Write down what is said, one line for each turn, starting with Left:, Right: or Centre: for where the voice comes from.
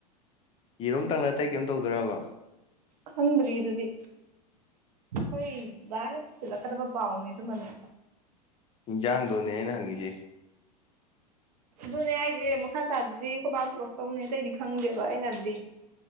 Left: ꯌꯦꯔꯨꯝꯇꯪꯂ ꯑꯇꯩ ꯀꯩꯝ ꯇꯧꯗ꯭ꯔꯕ
Right: ꯈꯪꯗ꯭ꯔꯤ ꯑꯗꯨꯗꯤ ꯍꯣꯏ ꯕꯥꯅ ꯄꯨꯁꯤꯟ ꯂꯛ ꯈꯠꯅꯕ ꯄꯥꯝꯒꯅꯨ ꯏꯗꯨꯃꯥꯏꯅ
Left: ꯏꯟꯁꯥꯡꯗꯣꯅꯦ ꯑꯩꯅ ꯍꯪꯉꯤꯁꯦ
Right: ꯗꯨꯅꯦ ꯍꯥꯏꯖꯦ ꯃꯈꯟ ꯇꯕꯗꯨꯗꯤ ꯈꯨꯣꯏ ꯕꯥꯥꯅ ꯄꯨꯔꯛꯇꯧꯅꯤ ꯑꯇꯩꯗꯤ ꯈꯪꯗꯦꯕ ꯑꯩꯅ ꯗꯨꯗꯤ